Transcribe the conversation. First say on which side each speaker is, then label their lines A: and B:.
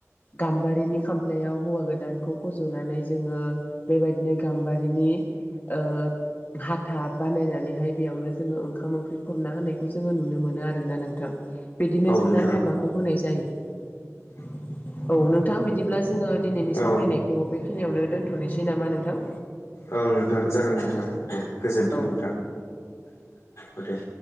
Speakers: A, on the left (about 35°); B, on the left (about 85°).
A: गाम्बारिनि खामफ्लायाव हौवा गोदानखौ फज'नानै जोङो बेबायदिनो गाम्बारिनि ओ हाथा बानायनानैहाय बेयावनो जोङो ओंखाम ओंख्रि खुरना होनायखौ जोङो नुनो मोनो आरोना नोंथां बिदिनो
B: औ नोंथां
A: जोंना हाबाखौ होनाय जायो
B: <inaudible>
A: औ नोंथां बिदिब्ला जोङो दिनैनि सावरायनायखौ
B: औ
A: बेखिनियावनो दोनथ'नोसै नामा नोंथां
B: औ औ नोंथां जागोन नोंथां दे गोजोन्थों
A: औ।
B: नोंथां औ दे